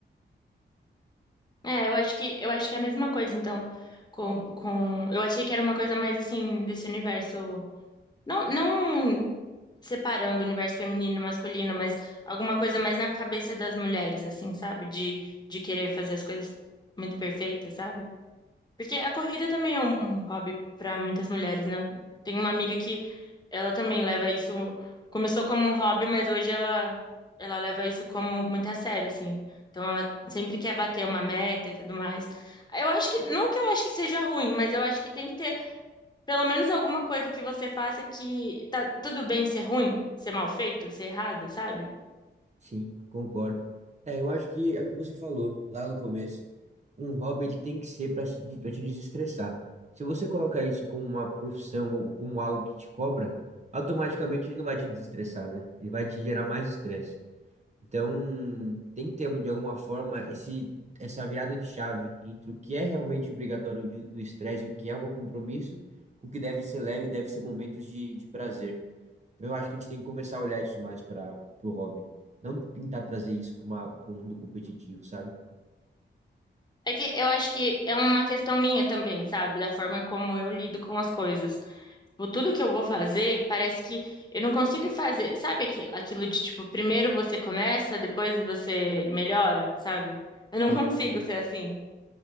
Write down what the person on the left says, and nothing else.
É, eu acho que, eu acho que é a mesma coisa, então. Com, com... Eu achei que era uma coisa mais assim, desse universo. Não, não separando o universo feminino e masculino, mas alguma coisa mais na cabeça das mulheres, assim, sabe? De, de querer fazer as coisas muito perfeitas, sabe? Porque a corrida também é um, um hobby para muitas mulheres, né? Tem uma amiga que ela também leva isso, começou como um hobby, mas hoje ela ela leva isso como muito a sério, assim. Então ela sempre quer bater uma meta e tudo mais. Eu acho que, não que eu acho que seja ruim, mas eu acho que tem que ter pelo menos alguma coisa que você faça que tá tudo bem ser ruim, ser mal feito, ser errado, sabe?
É que eu acho que é uma questão minha também, sabe? Da forma como eu lido com as coisas. Tipo, tudo que eu vou fazer, parece que eu não consigo fazer. Sabe aquilo, aquilo de tipo, primeiro você começa, depois você melhora, sabe? Eu não
consigo
ser assim.